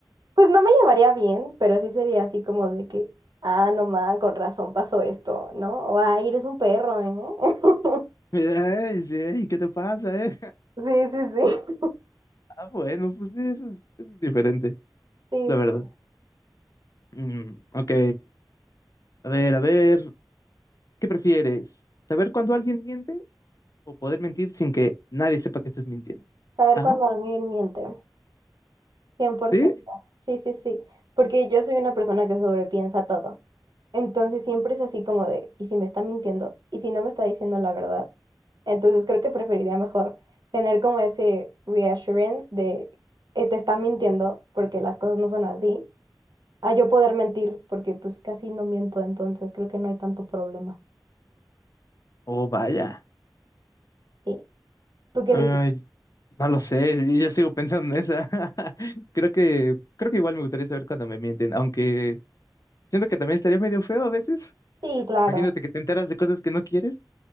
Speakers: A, on the right (about 70°); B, on the left (about 55°).
A: Pues no me llevaría bien, pero sí sería así como de que, ah, no ma, con razón pasó esto, ¿no? O, ay, eres un perro, ¿eh? <laughs>
B: <laughs> Ay, sí, ¿qué te pasa, eh?
A: Sí, sí, sí.
B: Ah, bueno, pues sí, eso es, eso es diferente,
A: <laughs>
B: la
A: Sí, sí.
B: verdad. Mm, ok, a ver, a ver, ¿qué prefieres? ¿Saber cuándo alguien miente o poder mentir sin que nadie sepa que estés mintiendo?
A: Saber
B: ¿Ah?
A: cuando alguien miente, cien por
B: ¿Sí?
A: ciento, Sí, sí, sí. Porque yo soy una persona que sobrepiensa todo. Entonces siempre es así como de, ¿y si me está mintiendo? ¿Y si no me está diciendo la verdad? Entonces creo que preferiría mejor tener como ese reassurance de, eh, te está mintiendo porque las cosas no son así a yo poder mentir, porque pues casi no miento, entonces creo que no hay tanto problema.
B: Oh, vaya.
A: Sí. ¿Tú qué
B: Ay,
A: elegiste?
B: no lo sé, yo, yo sigo pensando en esa. <laughs> Creo que, creo que igual me gustaría saber cuándo me mienten, aunque siento que también estaría medio feo a veces.
A: Sí, claro.
B: Imagínate que te enteras de cosas que no quieres.